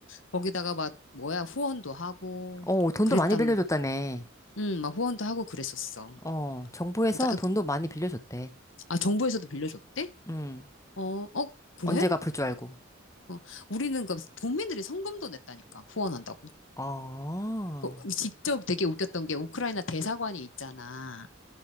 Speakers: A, on the left; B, on the left.
A: 거기다가 막 뭐야 후원도 하고
B: 어, 돈도
A: 그랬단,
B: 많이 빌려줬다며.
A: 음, 막 후원도 하고 그랬었어.
B: 어, 정부에서
A: 그러니까
B: 돈도 많이 빌려줬대.
A: 아, 아, 정부에서도 빌려줬대?
B: 음,
A: 어, 어, 그래?
B: 언제 갚을 줄 알고.
A: 어, 우리는 그 도민들이 성금도 냈다니까 후원한다고.
B: 어, 어,
A: 또 직접 되게 웃겼던 게 우크라이나 대사관이 있잖아.